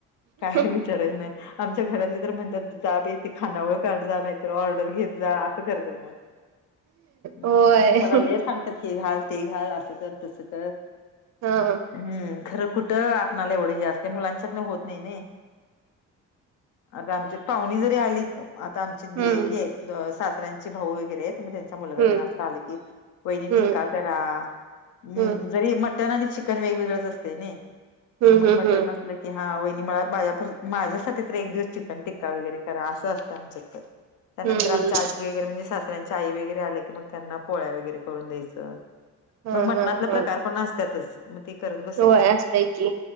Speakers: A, on the left; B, on the right.
A: काय
B: हम्म हम्म
A: आमच्या घरातली तर म्हणतात जा बाई खानावळ काढ जा नाहीतर ऑर्ड र घेत जा मग आस करत्यात मग
B: होय
A: मला लई सांग त्यात हे घाल ते घाल असं कर तसं कर.
B: हा हा.
A: हम् खरं कुठं आपणाला एवढे हे असते मुलांच्यात ना होत नाही नाही. आता आमच्या पाहुणी जरी आलीत आता आमचे
B: हम्म
A: हे सासऱ्यांचे भाऊ वगैरे आहेत. तत्यांचा मुलगा
B: हम्म
A: टेन असं आले की वाहिनी
B: हम्म
A: टिक्का तर हा
B: हम्म
A: जरी मटन आणि चिकन वेगवेगळंच असते नई
B: हम्म
A: मग
B: हम्म
A: मटन
B: हम्म
A: नसलं की हा वहिणी मला माझ्या माझ्या एक दिवस चिकन टिक्का वगैरे करा असं असत आमच्या त्यानंतर
B: हम्म
A: आमचीजी वगैरे म्हणजे दुसऱ्यांच्या आई वगैरे आले की मग त्यांना पोळ्या वगैरे करून द्यायचं.
B: हा
A: मग मटणातला
B: हा हा
A: प्रकार पण असतातच. मग ते करत बसायचं
B: होय असतय की